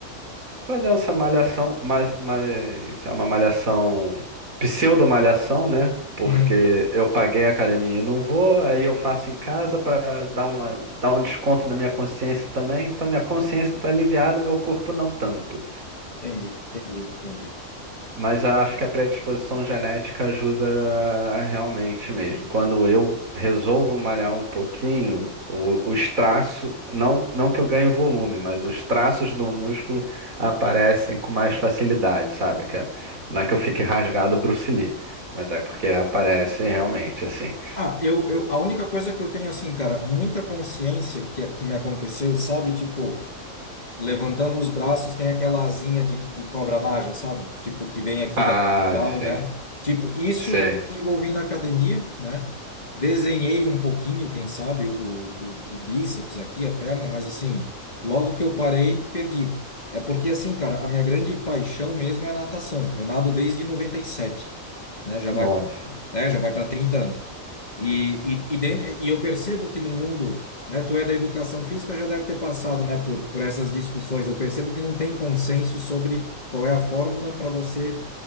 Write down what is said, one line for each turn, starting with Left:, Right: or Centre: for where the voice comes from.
Right: fazendo essa malhação, mas, mas é uma malhação, pseudo-malhação, né? Porque
Left: Uhum.
Right: eu paguei a academia e não vou, aí eu faço em casa para dar uma, dar um desconto na minha consciência também. Então minha consciência tá aliviada, meu corpo não tanto.
Left: Entendi, entendi, entendi.
Right: Mas eu acho que a predisposição genética ajuda realmente mesmo. Quando eu resolvo malhar um pouquinho, o- os traços, não, não que eu ganhe volume, mas os traços do músculo aparecem com mais facilidade, sabe? Que é- não é que eu fique rasgado Bruce Lee, mas é porque aparece realmente assim.
Left: Ah, eu, eu, a única coisa que eu tenho, assim, cara, muita consciência que, que me aconteceu, sabe? Tipo, levantando os braços, tem aquela asinha de, de cobra naja, sabe? Tipo, que vem aqui
Right: Ah,
Left: da lateral,
Right: sim,
Left: né? Tipo, isso
Right: sei.
Left: eu desenvolvi na academia, né? Desenhei um pouquinho, quem sabe, o, o, o bíceps aqui, a perna, mas assim, logo que eu parei, perdi. É porque, assim, cara, a minha grande paixão mesmo é a natação. Eu nado desde 97, né? Já
Right: Nossa.
Left: vai, né? Já vai para 30 anos. E, e, e, den- e eu percebo que no mundo, né, tu é da educação física, já deve ter passado, né, por, por essas discussões. Eu percebo que não tem consenso sobre qual é a fórmula para você